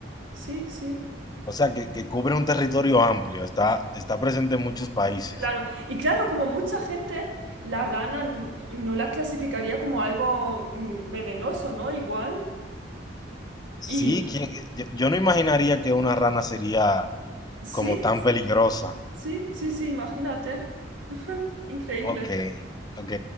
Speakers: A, on the right; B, on the left.
A: Sí, sí,
B: O sea, que, que cubre un territorio amplio, está, está presente en muchos países.
A: claro. Y claro, como mucha gente, la rana n- no la clasificaría como algo mm, venenoso, ¿no? Igual.
B: Sí,
A: Y
B: ¿quién- yo, yo no imaginaría que una rana sería
A: sí,
B: como tan peligrosa.
A: sí, sí, sí, imagínate. <laughs> Increíble.
B: Ok, ok.